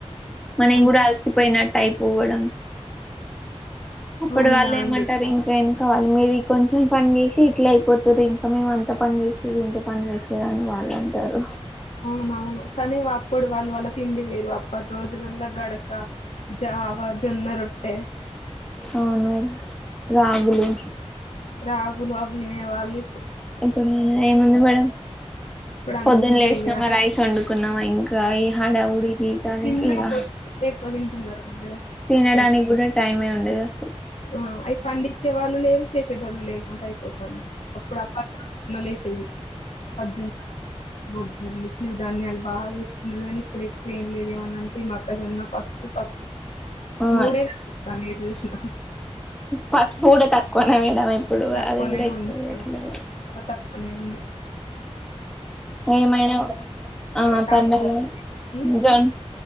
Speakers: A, in the centre; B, on the left.
A: మనం
B: అంతే
A: కూడా అలసిపోయినట్టు. టైపోవడం అప్పుడు
B: అవునుగా
A: వాళ్ళు
B: అండి
A: ఏమంటారు? ఇంకేం. కావాలి మే <unintelligible> కొంచెం పని చేసి ఇట్లా అయిపోతారు ఇంకా మేము అంత పని చేసి ఇది ఇంత పని చేశాం అని వాళ్ళు అంటారు.
B: అవునవును. కానీ అప్పుడు వాళ్ళు వాల్ల తిండి వేరు, అప్పటి రోజులల్లో గడక జావ, జొన్న రొట్టె.
A: అవును, మేడమ్ రాగులు.
B: రాగులు అవి తినేవాళ్ళు
A: ఇప్పుడు మ ఏముంది మేడం
B: ఇప్పుడు అన్ని
A: పొద్దున్న లేసినామా
B: బిర్యానీ
A: రైస్ వండుకున్నామా ఇంకా ఇకా ఈ హడావుడి జీవితాలకి
B: తిన్నా
A: ఇక
B: పొద్దు ఎక్కువ తింటున్నారు మేడం
A: తినడానికి
B: అయి
A: కూడా టైమే ఉండదు అసలు
B: ఆ అయి పండిత్ వచ్చే వాళ్ళు లేరూ చేసే టోల్లు లేకుంటె పోతుంది అప్పుడులే <unintelligible> సది <unintelligible> అర్జున్ <unintelligible> మ <unintelligible> మీ దాన్ని అలా బాగా ఇస్తున్నారు కానీ ఇప్పుడు ఎక్కువ ఏం లేదేమనంటే ఈ మొక్కజొన్న పసుపు పత్తి
A: ఆ
B: మూడే కానొత్తన్నాయి ఎటు చూసినా
A: పసుపు కూడా తక్కువనే మేడం ఇప్పుడు
B: తక్కువనే
A: అది కూడా ఎక్కువ
B: ఉంది
A: వేయట్లేదు
B: మేడం అనే ఉంది
A: ఏమైనా ఆ
B: ఒక తండాలల్ల
A: తండలలో
B: పెట్టి
A: జూన్